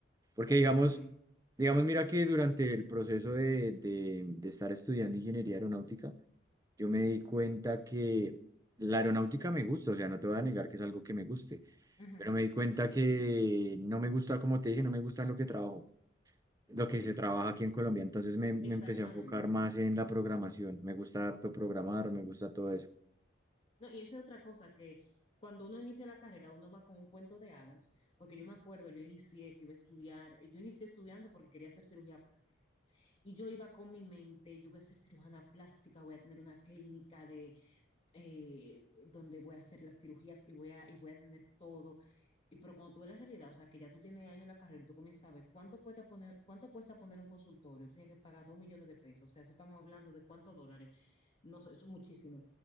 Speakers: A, on the right; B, on the left.
A: Porque
B: exactamente.
A: digamos, digamos, mira que durante el proceso de, de, de estar estudiando ingeniería aeronáutica, yo me di cuenta que la aeronáutica me gusta, o sea, no te voy a negar que es algo que me guste,
B: Ujú,
A: pero me di cuenta que no me gusta, como te dije, no me gusta en lo que trabajo, lo
B: Ok,
A: que se trabaja aquí en Colombia. Entonces me, me
B: exactamente.
A: empecé a enfocar más en la programación. Me gusta harto programar, me gusta todo eso.
B: No, y esa es otra cosa que cuando uno inicia la carrera, uno va con un cuento de hadas, porque yo me acuerdo, yo inicié que iba a estudiar, yo inicié estudiando porque quería hacer cirugía plástica. Y yo iba con mi mente, yo voy a ser cirujana plástica, voy a tener una clínica de eh, donde voy a hacer las cirugías y voy a, y voy a tener todo. Y, pero cuando tú ves la realidad, o sea, que ya tú tienes años en la carrera y tú comienzas a ver cuánto cuesta poner, cuánto cuesta poner un consultorio, tú tienes que pagar dos millones de pesos, o sea, eso estamos hablando de cuántos dólares, no sé, eso es muchísimo.